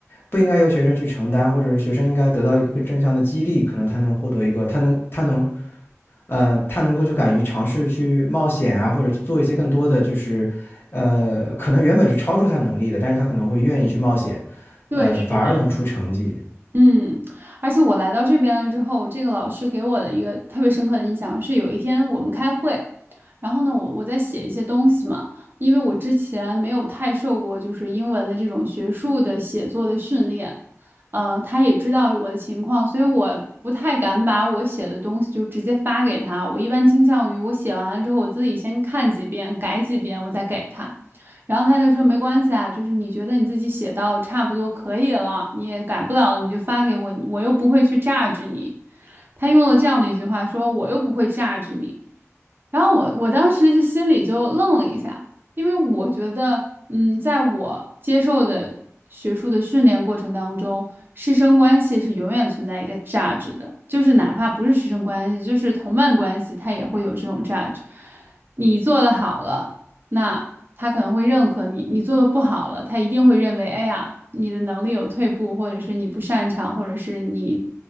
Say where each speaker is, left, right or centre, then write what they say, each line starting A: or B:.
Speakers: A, on the left; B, on the right.
A: 不应该由学生去承担，或者是学生应该得到一个更正向的激励，可能他能获得一个，他能他能，呃，他能够就敢于尝试去冒险啊，或者去做一些更多的，就是呃，可能原本是超出他能力的，但是他可能会愿意去冒险，
B: 对，
A: 呃，
B: 是的。
A: 反而能出成绩。
B: 嗯，而且我来到这边了之后，这个老师给我的一个特别深刻的印象是，有一天我们开会，然后呢，我我在写一些东西嘛，因为我之前没有太受过就是英文的这种学术的写作的训练，嗯、他也知道我的情况，所以我不太敢把我写的东西就直接发给他，我一般倾向于我写完了之后，我自己先看几遍，改几遍，我再给他。然后他就说没关系啊，就是你觉得你自己写到差不多可以了，你也改不了了，你就发给我，我又不会去榨制你。他用了这样的一句话说，我又不会榨制你。然后我我当时就心里就愣了一下，因为我觉得，嗯，在我接受的学术的训练过程当中，师生关系是永远存在一个价值的，就是哪怕不是师生关系，就是同伴关系，它也会有这种价值。你做的好了，那他可能会认可你；你做的不好了，他一定会认为，哎呀，你的能力有退步，或者是你不擅长，或者是你